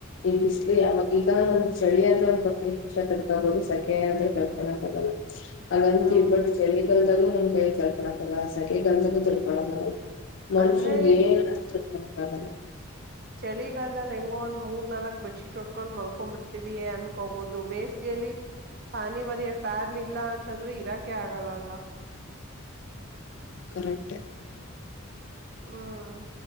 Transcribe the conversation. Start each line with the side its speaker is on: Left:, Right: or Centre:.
Left: ಈ ಬಿಸಿ್ಲು ಯಾವಾಗ ಈಗ ಒಂದ ಚಳಿ ಆದ್ರೆ ಒಂದ ಪಕ್ಷ ತಡ್ಕೊಬಹದು ಸಕೆ ಆದ್ರೆ ತಡ್ಕೊಕ್ ಆಗಲ್ಲ <unintelligible> ಅ ಗಂಂತ
Right: ಹೌದು
Left: ಬಟ್ ಚಳಗಾಲದಲು ನಮಕೖ ತಡಕಣಾಗಲ್ಲ ಸೆಕೆಗಾಲದಲು ತಡ್ಕಕಾಣಾಗಲ್ಲ ಮನುಷು
Right: ಅಂದ್ರೆ
Left: ಏನು ಆದ್ರು ತಡ್ಕಲಗಲ್ಲ
Right: ಚಳಿಗಾಲದಲ್ಲಿ ಹೆಂಗೋ ಒಂದ್ ಮೂರ್ ನಾಲ್ಕ್ ಬೆಡ್ಶೀಟ್ ಹೊಟ್ಕೊಂಡ್ ಮಲ್ಕೊ್ಬಿಡ್ತೀವಿ ಅನ್ಕೋಬಹುದು ಬೇಸಗೆಯಲ್ಲಿ ಫಾನು ಬರಿ ಫನ್ ಇಲ್ಲ ಅಂತಂದ್ರೆ ಇರಾಕೆ ಆಗಲ್ಲಲ್ಲ
Left: ಕರೆಕ್ಟ್ೆ <inaudible>
Right: ಹ್ಮ್